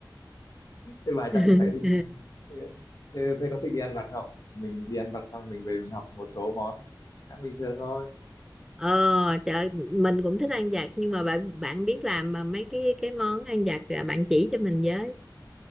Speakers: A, on the left; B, in the centre.
A: thế bà
B: <laughs>
A: chắc cũng phải thích thế, thế, thế có thích đi ăn vặt không mình đi ăn vặt xong mình về mình học một số món ăn bình thường thôi
B: ờ trời mình cũng thích ăn vặt nhưng mà bạn bạn biết làm mà mấy cái cái món ăn vặt à, bạn chỉ cho mình với